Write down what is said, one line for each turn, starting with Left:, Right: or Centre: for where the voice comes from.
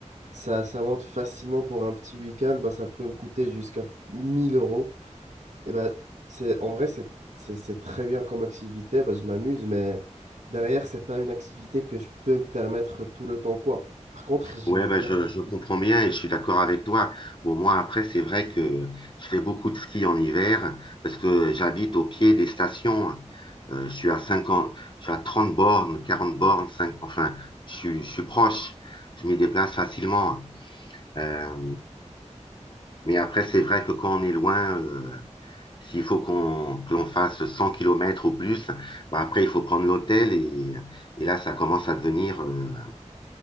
Right: Ça, ça monte facilement pour un petit week-end, bah, ça peut me coûter jusqu'à 1000 euros. Eh ben, c'est, en vrai, c'est c'est- c'est très bien comme activité, ben, je m'amuse, mais derrière, c'est pas une activité que je peux me permettre tout le temps, quoi. Par contre, j'aime
Left: Ouais, bah,
Right: bien.
Left: je,
Right: le ski.
Left: je comprends bien et je suis d'accord avec toi. Bon, moi, après, c'est vrai que je fais beaucoup de ski en hiver parce que j'habite au pied des stations. Euh, je suis à 50, je suis à 30 bornes, 40 bornes, 5, enfin, je, suis- je suis proche. Je m'y déplace facilement. Euh, mais après, c'est vrai que quand on est loin, euh, s'il faut qu'on que l'on fasse 100 kilomètres ou plus, bah, après, il faut prendre l'hôtel et, et là, ça commence à devenir euh,